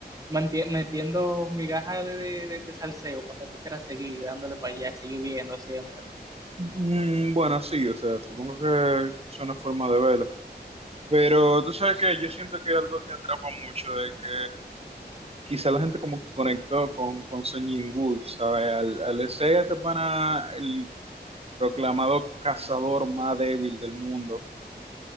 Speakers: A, on the right (about 20°); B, on the right (about 35°).
A: mantie- metiendo migajas de, de, de- de salseo para que tú quieras seguir dándole para allá, seguir viendo siempre.
B: Mm, bueno, sí, o sea, supongo que que es una forma de verlo. Pero tú sabes que yo siento que algo que atrapa mucho es que quizá la gente como que conectó con, con Son Goku, ¿sabes? Al, al ese este pana, el proclamado cazador más débil del mundo